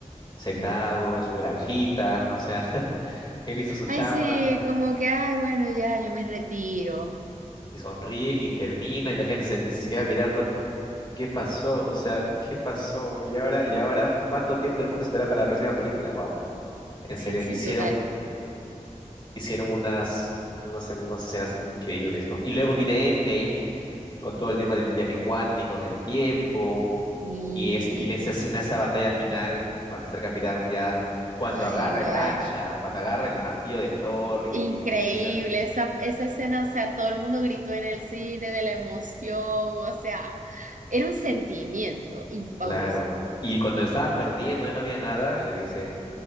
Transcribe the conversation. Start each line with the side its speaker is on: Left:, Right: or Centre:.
Left: sentado
Right: Sí.
Left: en su granjita, o sea, <laughs> él hizo su
Right: Ay,
Left: chamba
Right: sí, como que, ay, bueno, ya, yo me retiro.
Left: y sonríe y termina y la gente se, se queda mirando ¿Qué pasó? O sea, ¿qué pasó? Y ahora, y ahora, ¿cuánto tiempo tenemos que esperar para la próxima película? Wow, en
Right: Sí,
Left: serio,
Right: sí,
Left: hicieron,
Right: total.
Left: hicieron unas, unas, unas escenas increíbles, ¿no? Y luego viene Endgame con todo el tema del viaje cuántico en el tiempo
Right: Y,
Left: y es y esa escena, esa batalla final cuando está el capitán ya, cuando
Right: y- ay,
Left: agarra
Right: no,
Left: el hacha,
Right: es.
Left: cuando agarra el martillo de Thor y
Right: Increíble,
Left: empieza a hacer,
Right: esa, esa escena, o sea, todo el mundo gritó en el cine de la emoción, o sea, era un sentimiento in- fabuloso.
Left: claro. Y cuando estaba perdiendo y no había nada, le dicen